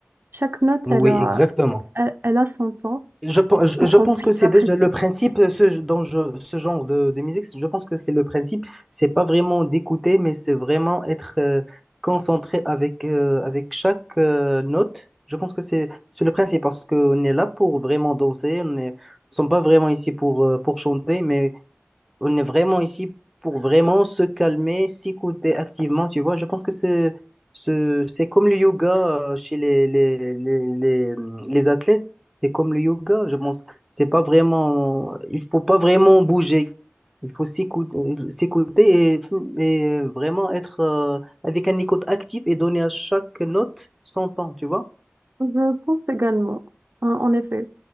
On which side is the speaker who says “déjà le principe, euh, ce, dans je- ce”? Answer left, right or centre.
Centre